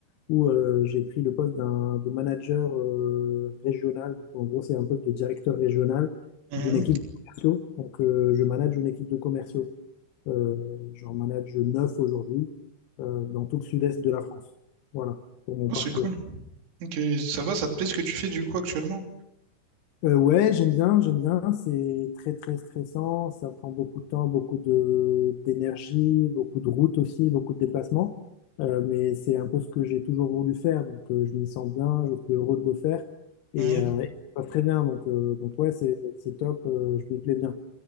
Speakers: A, on the left; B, on the right.
A: où euh, j'ai pris le poste d'un de manager euh, régional. En gros, c'est un poste de directeur régional
B: Mhm.
A: d'une équipe de commerciaux. Donc, euh, je manage une équipe de commerciaux. Euh, j'en manage neuf aujourd'hui euh, dans tout le sud-est de la France. Voilà pour mon
B: Oh,
A: parcours.
B: c'est cool. Ok, ça va, ça te plaît ce que tu fais du coup actuellement?
A: Euh, ouais, j'aime bien, j'aime bien. C'est très très stressant. Ça prend beaucoup de temps, beaucoup de d'énergie, beaucoup de routes aussi, beaucoup de déplacements. Euh, mais c'est un peu ce que j'ai toujours voulu faire. Donc euh, je m'y sens bien, je suis heureux de le faire et,
B: Mhm.
A: euh, et ça se passe très bien. Donc euh, donc ouais, c'est c'est top. euh, je m'y plais bien.